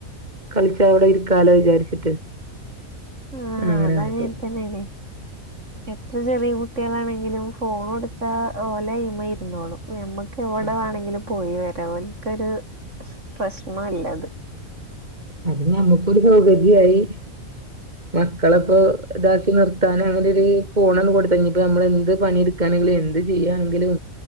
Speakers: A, on the right; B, on the right.
A: കളിച്ചവിടെ ഇരിക്കാലോ വിചാരിച്ചിട്ട്
B: ആഹ്
A: അങ്ങനെ
B: അതങ്ങനെ
A: കാട്ടും
B: തന്നേണ് എത്ര ചെറ്യ കുട്ടികളാണെങ്കിലും ഫോണൊടുത്താ ഓലായ്മ ഇരുന്നോളും നമ്മക് ക്കെവടെ
A: അതെ
B: വേണങ്കിലും പോയി വരാ ഓല്ക്കൊരു പ്രശ്നോല്ലത്
A: അത് ഞമ്മുക്കൊരു സൗകര്യായി. മക്കളപ്പോ ഇതാക്കി നിർ ത്താനും അങ്ങനെ ഒര് ഫോണന്ന് കൊടുത്താ ഇഞ്ഞിപ്പ ഞമ്മള് എന്ത് പണിടുക്കാണെങ്കിലും എന്ത് ചിയ്യാണെങ്കിലും